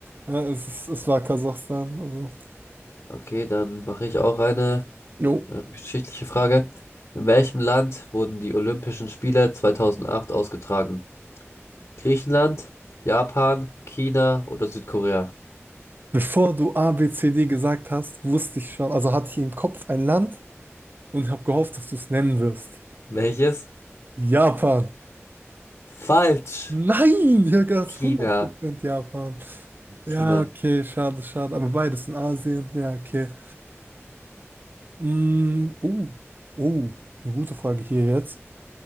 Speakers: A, on the right (about 40°); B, on the left (about 70°).
A: Ja, es ist, es war Kasachstan. Also.
B: Okay, dann mache ich auch eine
A: Jo.
B: äh, geschichtliche Frage. In welchem Land wurden die Olympischen Spiele 2008 ausgetragen? Griechenland, Japan, China oder Südkorea?
A: Bevor du A, B, C, D gesagt hast, wusste ich schon, also hatte ich im Kopf ein Land und habe gehofft, dass du es nennen wirst.
B: Welches?
A: Japan.
B: Falsch.
A: Nein, ich habe gedacht,
B: China.
A: 100% Japan. Ja,
B: China.
A: okay, schade, schade. Aber beides in Asien. Ja, okay. Mm, oh, oh, eine gute Frage hier jetzt.